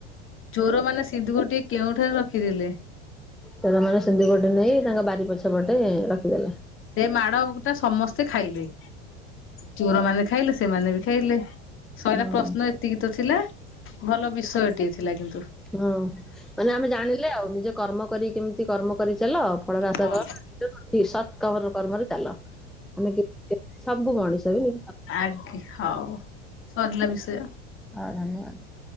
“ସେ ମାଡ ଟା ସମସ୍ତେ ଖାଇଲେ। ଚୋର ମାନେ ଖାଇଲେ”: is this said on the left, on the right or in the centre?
Left